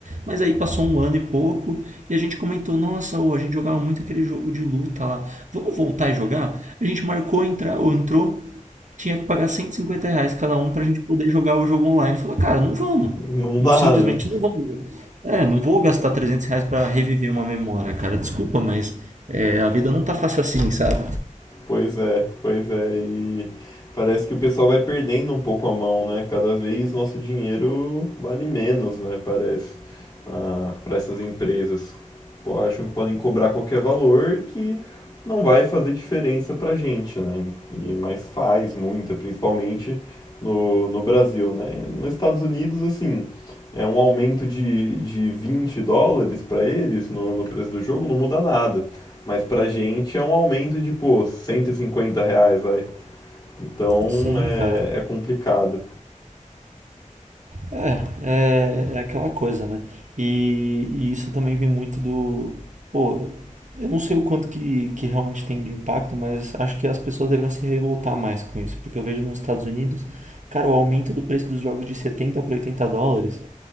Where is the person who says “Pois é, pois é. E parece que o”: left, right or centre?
Left